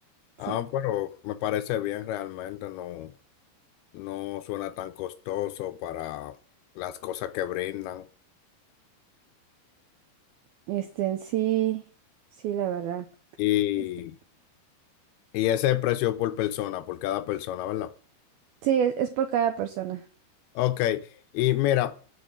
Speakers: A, on the left; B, on the right.
A: Ah,
B: sí.
A: pero me parece bien realmente, no, no suena tan costoso para las cosas que brindan.
B: Este, en sí, sí, la verdad.
A: Y,
B: Este,
A: y ese precio por persona, por cada persona, ¿verdad?
B: sí, es es por cada persona.
A: Ok, y mira.